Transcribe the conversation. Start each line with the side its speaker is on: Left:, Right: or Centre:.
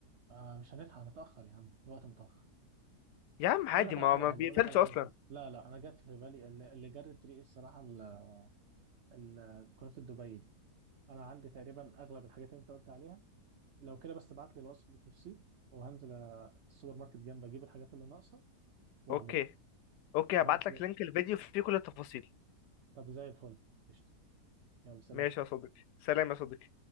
Right: آه مش هنلحق هنتاخر يا عم الوقت متاخر
Left: يا عم عادي
Right: اقول لك
Left: ما
Right: على حاجه
Left: ما
Right: حلوه
Left: بيقفلش
Right: اقول لك على
Left: اصلا
Right: حاجه حلوه لا لا انا جت في بالي اللي اللي جرت ريقي الصراحه ال- ال- كنت في دبي دي انا عندي تقريبا اغلب الحاجات اللي انت قلت عليها لو كده بس ابعت لي الوصف بالتفصيل وهنزل السوبر ماركت جنب اجيب الحاجات اللي ناقصه واعملها
Left: اوكي اوكي
Right: بعت
Left: هبعتلك
Right: لي
Left: لينك الفيديو فيه كل التفاصيل
Right: طب زي الفل قشطة. يلا سلام
Left: ماشي يا صديقي سلام يا صديقي